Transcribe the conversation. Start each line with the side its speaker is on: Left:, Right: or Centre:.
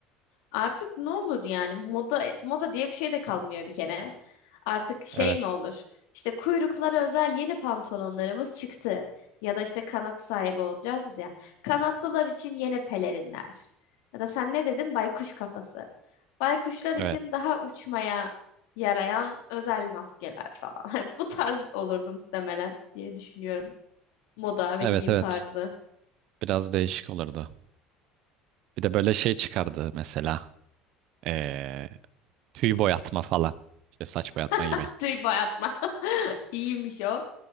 Left: Artık ne olur yani moda moda diye bir şey de kalmıyor bir kere. Artık şey
Right: Evet,
Left: mi olur? İşte kuyruklara özel yeni pantolonlarımız çıktı. Ya da işte kanat sahibi olacağız ya. Kanatlılar için yeni pelerinler. Ya da sen ne dedin? Baykuş kafası. Baykuşlar için
Right: evet.
Left: daha uçmaya yarayan özel maskeler falan. <laughs> Bu tarz olurdu muhtemelen diye düşünüyorum. Moda ve
Right: Evet,
Left: giyim
Right: evet.
Left: tarzı.
Right: Biraz değişik olurdu. Bir de böyle şey çıkardı mesela. E, tüy boyatma falan. İşte saç boyatma gibi.
Left: <laughs> Tüy bayatma. <laughs> İyiymiş o.